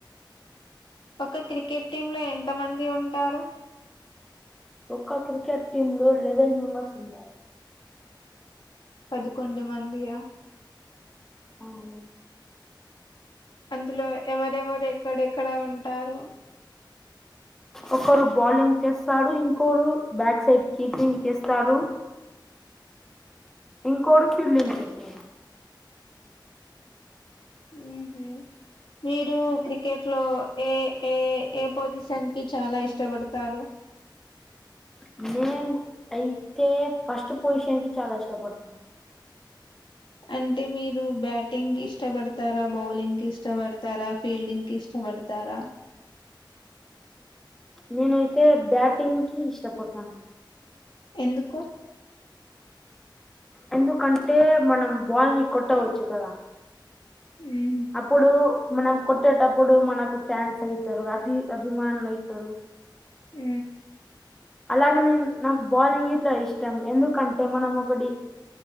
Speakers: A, on the left (about 75°); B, in the centre.
A: ఒక క్రికెట్ టీమ్ లో ఎంత మంది ఉంటారు
B: ఒక్క క్రికెట్ టీమ్ లో లెవెల్ మెంబర్స్ ఉంటారు
A: పదకొండు మందియా
B: అవును
A: అందులో ఎవరెవరు ఎక్కడెక్కడ ఉంటారు
B: ఒకరు బాలింగ్ చేస్తారు ఇంకోరు బ్యాక్ సైడ్ కీపింగ్ చేస్తారు ఇంకోడు ఫీల్డింగ్ చేసారు
A: ఏహ్లే మీరు క్రికెట్ లో ఏ ఏ ఏ పొజిషన్ కి చాలా ఇష్టపడతారు
B: నేను అయితే ఫస్ట్ పొజిషన్కి చాలా ఇష్టపడతా
A: అంటే మీరు బ్యాటింగ్ ఇష్టపడతారా బౌలింగ్ ఇష్టపడతారా ఫీల్డింగ్ కి ఇష్ట బడుతారా
B: నేనైతే బ్యాటింగ్ కి ఇష్టపడతా
A: ఎందుకో
B: ఎందుకంటే మనం బాల్ని కొట్టవచ్చు కదా
A: మ్మ్
B: అప్పుడు మనం కొట్టేటప్పుడు మనకు ఫ్యాన్స్ అయితరు అభి అభిమానులు అయితరు
A: ఊ
B: అలాగే నేన్ నాకు బౌలింగ్ ఇట్లా ఇష్టం ఎందుకంటే మనం ఒగటి